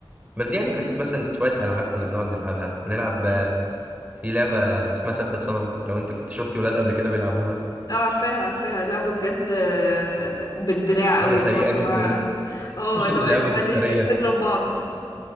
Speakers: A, on the right (about 15°); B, on the left (about 45°).
A: بس دي يعني كانت مثلا شوية ألعاب كنا بنقعد نلعبها نلعب
B: مم.
A: آه، في لعبة اسمها ثبت صنم لو انت كنت شفتي ولاد قبل كده بيلعبوها
B: اه عارفاها عارفاها لعبة بجد آه، بالدراع قوي
A: هي سيئة
B: اللي هو يا
A: جدا
B: جماعة اه
A: <laughs>
B: اللي هو
A: لعبة
B: يا جماعة
A: مفترية
B: ليه ليه بنضرب بعض